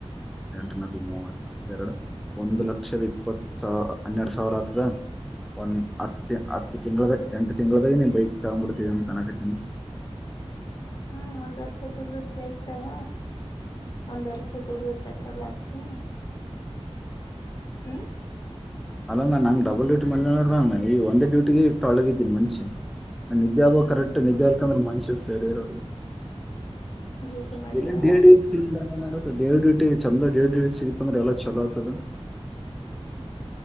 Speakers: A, in the centre; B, on the left.
A: ಎಂಟ <inaudible> ಮೂಂ ಮೂವತ್ತೆರಡು ಒಂದು ಲಕ್ಷದ ಇಪ್ಪತ್ ಸಾವ ಹನ್ನೆರಡು ಸಾವಿರ ಆತದ ಒಂದ್ ಹತ್ತು ಹತ್ತು ತಿಂಗಳದ ಎಂಟ ತಿಂಗಳದಾಗ ನೀ್ ಬೈಕ್ ತಗೊಂಡ್ಬಿಡ್ತಿದ ಅಂತ ಅನಕತನಿ
B: ಹ್ಮ ಒಂದ್ ವರ್ಷ ದುಡದ ಬೈಕ್ ತಗ ಒಂದ್ ವರ್ಸ ದುಡದ ಪೆಟ್ರೋಲ್ ಹಾಕ್ಸಿ ಹ್ಮ
A: ಅಲ ನ ನಂಗ್ ಡಬಲ್ ಡ್ಯೂಟಿ ಮಾಡದೇ ಅಂದ್ರೆ ನಾನ್ ಈ ಒಂದೇ ಡ್ಯೂಟಿಗೆ ಇಟ್ಟುಳ ಬಿದ್ದೀನ ಮನ್ಷಿ ನಿದ್ದೆ ಆಗಬೇಕು
B: ಹ್ಮ್
A: ಕರೆಕ್ಟ್ ನಿಡ್ಡಿಯಾರ್ಲ್ಕಿದ್ರೆ ಮಾನ್ಷಿಯಸ್ ಶರೀರಲ್ಲ
B: ಡ್ಯೂಟಿ
A: <unintelligible>
B: ಮಾಡಿದ
A: ಚಂದ ದಡ್ ಸಿಗತ ಅಂದ್ರೆ ಎಲ್ಲಾ ಚಲೋ ಆಗ್ತದ